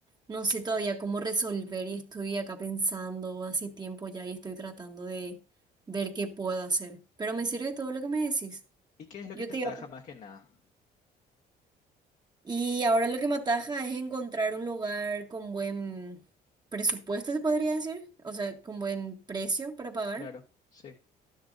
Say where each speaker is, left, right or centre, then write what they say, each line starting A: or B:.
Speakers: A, on the right (about 25°); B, on the left (about 45°).
A: no sé todavía cómo resolver y estoy acá pensando hace tiempo ya y estoy tratando de ver qué puedo hacer. Pero me sirve todo lo que me decís.
B: ¿Y qué es lo
A: Yo
B: que te
A: te
B: ataja
A: iba a pre-
B: más que nada?
A: Y ahora lo que me ataja es encontrar un lugar con buen presupuesto, se podría decir, o sea, con buen precio para pagar.
B: Claro, sí.